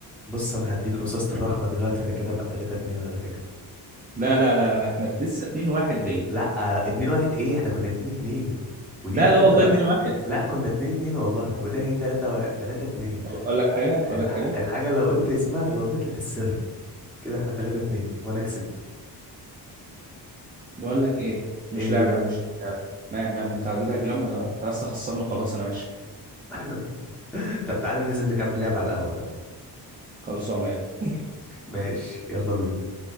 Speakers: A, in the centre; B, on the right.
A: بص انا هديك رصاصة الرحمة دلوقتي انا كده بقى 3 2 على فكرة
B: لا لا لا لا لا، احنا لسه 2 1 ليا
A: لا لا 2 1 ايه احنا كنا 2 2 ودي
B: لا
A: كده
B: لا والله
A: هتبقى
B: 2 1
A: لا كنا 2 2 والله وده هي 3 3 2
B: طب اقول لك حاجه اقول
A: الح...
B: لك حاجه
A: الحاجة لو قلت اسمها تبقى بطلة السر كده احنا 3 2 وانا كسبت
B: بقول لك ايه مش
A: ايه
B: لعب يا عم مش لعب نعم يا عم انت عديتك جرام انا انت عايز تخسرني وخلاص انا ماشي
A: <laughs> طب تعالى ننزل نكمل لعب على القهوة طيب
B: خلصانه يلا
A: ماشي يلا بينا